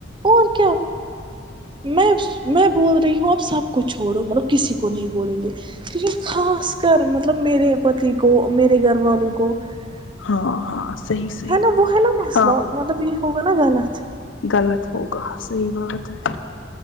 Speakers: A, on the right; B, on the left.
A: اور کیا میں میں بول رہی ہوں اب سب کو چھوڑو مطلب کسی کو نہیں بولیں گے لیکن خاص کر مطلب میرے پتی کو میرے گھر والوں کو <unintelligible>
B: ہاں ہاں صحیح صحیح
A: ہی نا وہ ہے نا مسلہلہ
B: ہاں
A: مطلب یہ ہوگ نا غلط <unintelligible>
B: غلط ہوگا صحیح بات ہے